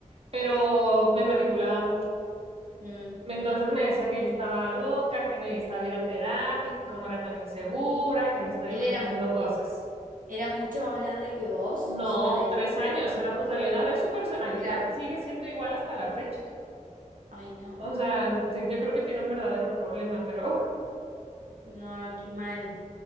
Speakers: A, on the right (about 45°); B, on the right (about 85°).
A: pero me manipulaba mucho.
B: Mm.
A: Entonces me decía que yo estaba loca, que necesitaba ir a terapia, que cómo era tan insegura, que me estaba
B: Él
A: imaginando
B: era,
A: cosas.
B: era mucho más grande que vos,
A: No,
B: o sea, la diferencia.
A: tres años, éramos
B: Ah,
A: de la edad, es su personalidad,
B: Claro.
A: sigue siendo igual hasta la fecha.
B: Ay, no.
A: O sea, te- yo creo que tiene un verdadero problema, pero <laughs>
B: No, no, qué mal.